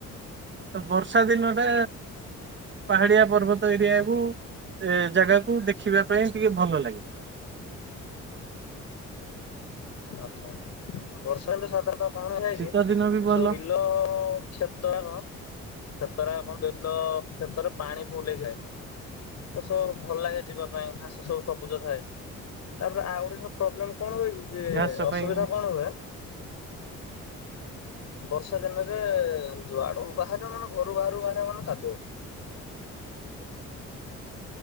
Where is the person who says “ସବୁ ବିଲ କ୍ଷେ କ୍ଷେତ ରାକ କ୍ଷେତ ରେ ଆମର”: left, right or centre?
Left